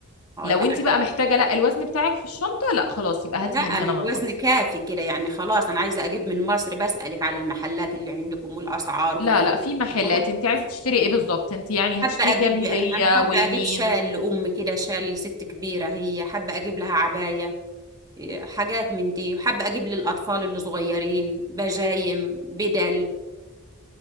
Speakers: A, on the right (about 15°); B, on the left (about 70°).
A: اه
B: لو
A: لا
B: انت بقى محتاجه لا الوزن بتاعك في الشنطه لا خلاص يبقى
A: لا
B: هاتي
A: انا
B: من هنا
A: الوزن
B: من مصر
A: كافي كده يعني خلاص انا عايزة اجيب من مصر بسألك على المحلات اللي عندكم والاسعار وكده
B: لا لا في محلات
A: وحابة
B: انت عايزه تشتري ايه بالظبط انت يعني
A: حابة
B: هتشتري
A: اجيب
B: كام هديه
A: انا حابة
B: والمين
A: اجيب شال لامي كده شال لست كبيرة هي حابة اجيب لها عباية حاجات من دي وحابة أجيب للأطفال اللي صغيرين بجايم بدل